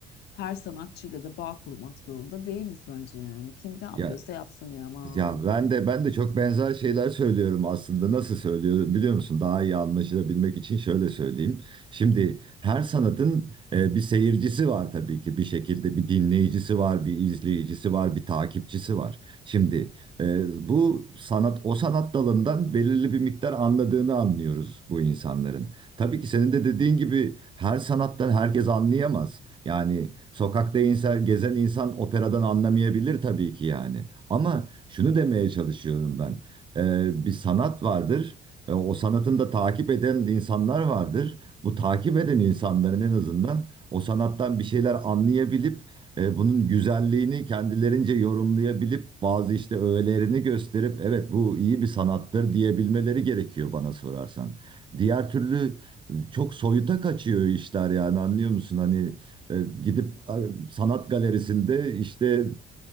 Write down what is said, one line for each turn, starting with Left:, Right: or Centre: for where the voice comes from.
Left: Her sanatçıyla da bağ kurmak zorunda değiliz bence yani. Kim ne yapıyorsa
Right: Ya
Left: yapsın ya aman.
Right: Ya ben de ben de çok benzer şeyler söylüyorum aslında. Nasıl söylüyorum biliyor musun? Daha iyi anlaşılabilmek için şöyle söyleyeyim. Şimdi her sanatın e, bir seyircisi var tabii ki. Bir şekilde bir dinleyicisi var, bir izleyicisi var, bir takipçisi var. Şimdi e, bu sanat o sanat dalından belirli bir miktar anladığını anlıyoruz bu insanların. Tabii ki senin de dediğin gibi her sanattan herkes anlayamaz. Yani sokakta insan, gezen insan operadan anlamayabilir tabii ki yani. Ama şunu demeye çalışıyorum ben. Ee, bir sanat vardır. Ee, o sanatın da takip eden insanlar vardır. Bu takip eden insanların en azından o sanattan bir şeyler anlayabilip e, bunun güzelliğini kendilerince yorumlayabilip bazı işte öğelerini gösterip evet bu iyi bir sanattır diyebilmeleri gerekiyor bana sorarsan. Diğer türlü e, çok soyuta kaçıyor işler yani anlıyor musun? Hani e, gidip e, sanat galerisinde işte